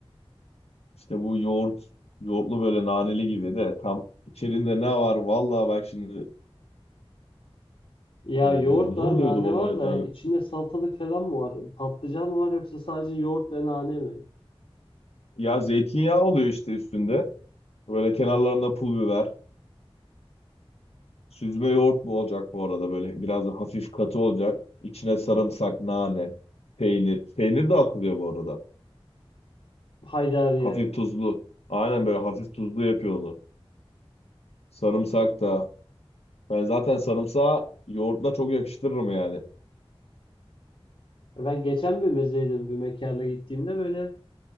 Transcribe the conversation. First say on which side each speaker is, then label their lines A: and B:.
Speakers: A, on the left (about 85°); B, on the left (about 60°).
A: İşte bu yoğurt, yoğurtlu böyle naneli gibi de tam içerinde ne var? Vallahi bak şimdi
B: Ya
A: e,
B: yoğurt
A: ne
B: var,
A: oluyordu
B: nane
A: bu
B: var
A: halde?
B: da içinde salatalık falan mı var? Patlıcan mı var yoksa sadece yoğurt ve nane mi?
A: Ya zeytinyağı oluyor işte üstünde. Böyle kenarlarında pul biber. Süzme yoğurt bu olacak bu arada böyle biraz da hafif katı olacak. İçine sarımsak, nane, peynir. Peynir de atılıyor bu arada.
B: Haydariye.
A: Hafif tuzlu. Aynen böyle hafif tuzlu yapıyor onu. Sarımsak da. Ben zaten sarımsağı yoğurtla çok yakıştırırım yani.
B: E Ben geçen bir mezeydim bir mekana gittiğimde böyle